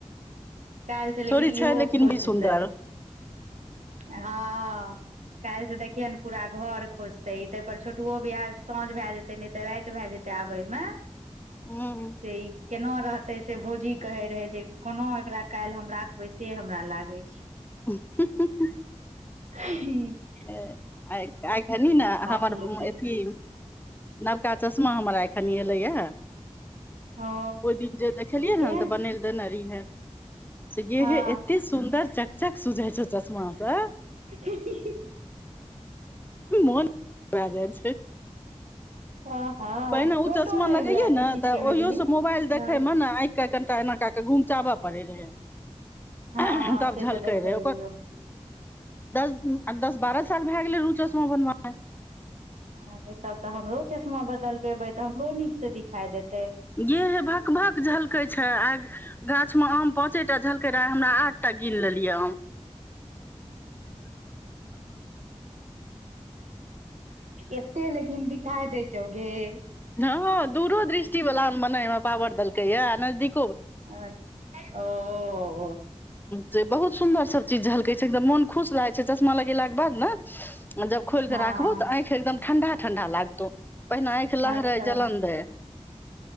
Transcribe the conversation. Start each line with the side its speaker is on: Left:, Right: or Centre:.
Right: कैल स लेकिन
Left: छोरी
Right: इहो
Left: छै लेकिन
Right: खोजतै
Left: बड़ी सुन्दर
Right: हँ कैल से देखिये ने पूरा घर खोजते तई पर छोटुओ बियाह साँझ भय जेते नहि तऽ राति भए जेतै आबैमे
Left: हूँ
Right: से ई केना रहतै से भोजी कहै रहै जे कोना एकरा कैल हम राखबै से हमरा लागै छै
Left: ह हु हु
Right: ह <unintelligible>
Left: आए खेलही न हमर
Right: छै लेकिन
Left: एथि नवका चश्मा हमरा एखन एलैएआ
Right: ओ
Left: ओइ दिन जे देखलियै
Right: केहन
Left: हन तऽ <unintelligible> <unintelligible> सेे
Right: हँ
Left: एते सुन्दर चकचक सुझइ छ चश्मा से
Right: <unintelligible>
Left: मन भए जाइ छै
Right: <inaudible>
Left: पहिने
Right: फोटो
Left: उ चश्मा
Right: नहि
Left: लगैैयै
Right: ल अथी
Left: ने
Right: खींच
Left: तऽ
Right: के भेजली
Left: ओहियोसँ मोबाइल देखैमे
Right: हँ
Left: न आँखि कए कनिटा एना कए कऽ घुँमचाबय पड़ै रहै
Right: हँ
Left: तब
Right: से तऽ
Left: झलकै
Right: देखै
Left: रहै ओकर
Right: रहियौ
Left: दस दस बारह साल भए गेलैर उ चश्मा बनबाइ
Right: अरे तब तऽ हमरो चश्मा बदलबेबै तऽ हमरो नीक से दिखाइ देतै
Left: गे हे भकभक झलकै छै आइ गाछ मे आम पाँचे टा झलकै फेर आइ हमरा आठटा गिन लेलियै हम
Right: एते लेकीन दिखाइ दै चोगे <unintelligible>
Left: हँँ हँ दूरो दृष्टि बला मने पावर देलकैए आ नजदीक
Right: अच्छ ओ
Left: जे बहुत सुन्दर सब चीज झलकै छै एकदम मन खुश रहै छै चश्मा लगेलाक के बाद ने जब खोलिके
Right: हँ
Left: राखबौ तऽ आंखि एकदम ठंडा ठंडा लागतो पहिने आँखि लहरै
Right: अच्छा
Left: जलन दैेय।